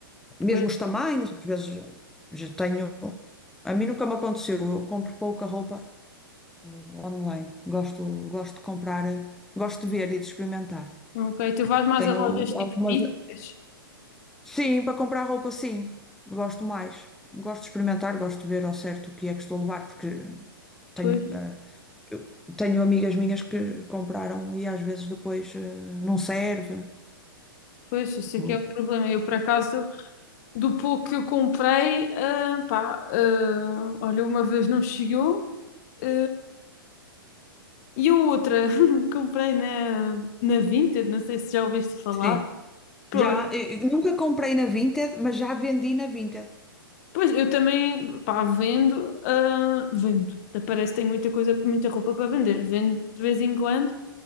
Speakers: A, in the centre; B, on the left.
A: mesmo
B: pois,
A: os tamanhos, às vezes eh, já tenho. A mim nunca me aconteceu, eu compro pouca roupa eh, online. Gosto, gosto de comprar, eh, gosto de ver e de experimentar.
B: ok. Tu vais mais
A: Tenho
B: a lojas
A: algumas.
B: tipo físicas?
A: Sim, para comprar roupa, sim. Gosto mais. Gosto de experimentar, gosto de ver ao certo o que é que estou a levar, porque tenho,
B: Pois.
A: eh, eu tenho amigas minhas que compraram e às vezes depois eh, não serve.
B: Pois, isso aqui
A: Ou-
B: é um problema. Eu, por acaso, do pouco que eu comprei, ah, pá, ah, olha, uma vez não chegou, ah, e a outra <laughs> comprei na, na Vinted, não sei se já ouviste falar.
A: Sim.
B: Pronto,
A: Já, eu nunca comprei na Vinted, mas já vendi na Vinted.
B: pois eu também, pá, vendo, ah, vendo. Até Parece que tenho muita coisa, muita roupa para vender, vendo de vez em quando.